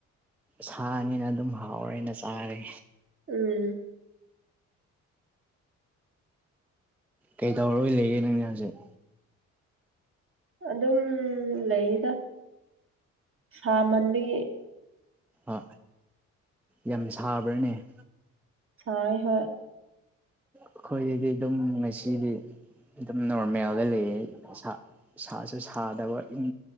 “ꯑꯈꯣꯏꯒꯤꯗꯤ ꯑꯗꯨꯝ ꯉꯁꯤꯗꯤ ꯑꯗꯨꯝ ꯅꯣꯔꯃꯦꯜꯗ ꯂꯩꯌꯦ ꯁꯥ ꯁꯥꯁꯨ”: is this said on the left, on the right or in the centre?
Centre